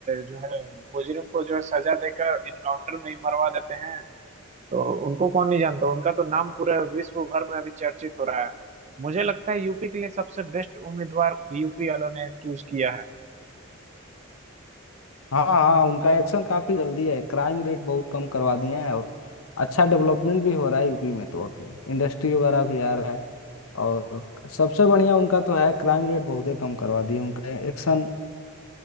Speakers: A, on the right; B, on the left.
A: जो है मुजरिम को जो है सजा देकर इनकाउंटर में ही मरवा देते हैं तो उनको कौन नहीं जानता उनका तो नाम पूरे विश्व भर में अभी चर्चित हो रहा है मुझे लगता है यूपी के लिए सबसे बेस्ट उम्मीदवार यूपी वालों ने चूज किया है
B: हाँ हाँ उनका एक्शन काफी जल्दी है क्राइम रेट बहुत कम करवा दिए हैं और अच्छा डेवलपमेंट भी हो रहा है यूपी में तो अभी इंडस्ट्री वगैरह भी आ रहा है और सबसे बढ़िया उनका तो है क्राइम रेट बहुत ही कम करवा दिए उनका एक्शन